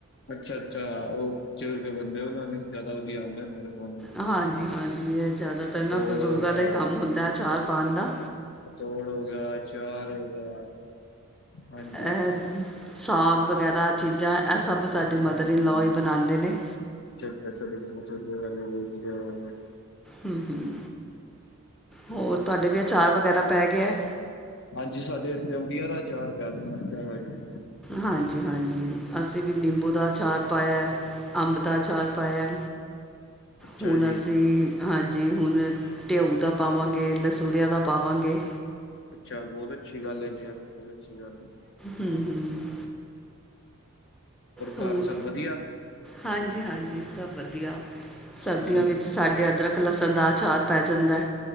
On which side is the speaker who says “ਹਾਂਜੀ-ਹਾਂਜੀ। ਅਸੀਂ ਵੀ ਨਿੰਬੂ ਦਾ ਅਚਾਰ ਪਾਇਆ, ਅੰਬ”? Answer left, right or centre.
Centre